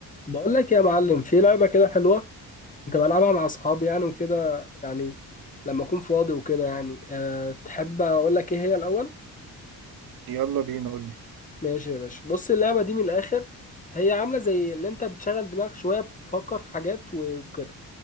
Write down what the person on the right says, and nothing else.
يلا بينا قول لي